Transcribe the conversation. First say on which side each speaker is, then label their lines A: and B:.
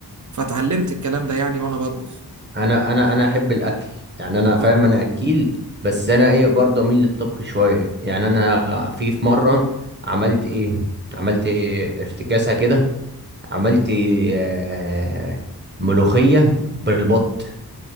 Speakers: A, on the right; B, on the right.
A: فاتعلمت الكلام ده يعني وانا بطبخ
B: انا انا انا احب الاكل يعني انا فاهم
A: اه
B: انا اكيل بس انا ايه برضه اميل للطبخ شويه يعني انا في في مره عملت ايه عملت إيه افتكاسه كده عملت آه ملوخيه بالبط